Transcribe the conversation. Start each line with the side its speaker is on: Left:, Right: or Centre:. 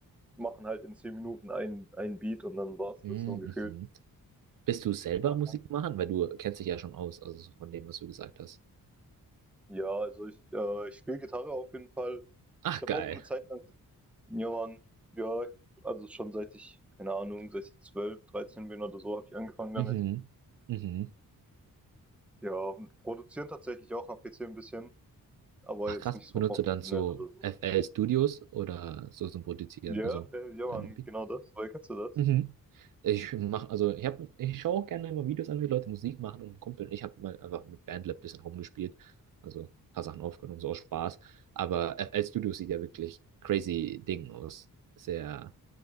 Centre: machen halt in zehn Minuten einen, einen Beat und dann war's
Right: Mhm.
Centre: das so gefühlt.
Right: mhm. Bist du selber
Centre: Ja,
Right: Musik machen? Weil du kennst dich ja schon aus, also so von dem, was du gesagt hast.
Centre: Ja, also ich, äh, ich spiele Gitarre auf jeden Fall.
Right: Ach,
Centre: Ich habe
Right: geil.
Centre: auch eine Zeit lang ja, Mann, ja, also schon seit ich keine Ahnung, seit ich 12, 13 bin oder so, habe ich angefangen damit.
Right: Mhm. Mhm.
Centre: Ja, und produzieren tatsächlich auch am PC 'n bisschen, aber
Right: Ach,
Centre: jetzt
Right: krass.
Centre: nicht so
Right: Benutzt
Centre: professionell
Right: du dann so
Centre: oder so.
Right: FL Studios oder so zum Produzieren?
Centre: Ja,
Right: Also
Centre: ja, ja,
Right: deine
Centre: Mann,
Right: Beats?
Centre: genau das. Woher kennst du das?
Right: Mhm. Ich mache, also ich habe, ich schaue auch gerne immer Videos an, wie Leute Musik machen und ein Kumpel ich habe mal einfach mit BandLab ein bisschen rumgespielt, also ein paar Sachen aufgenommen, so aus Spaß. Aber F L Studio sieht ja wirklich crazy Ding aus, sehr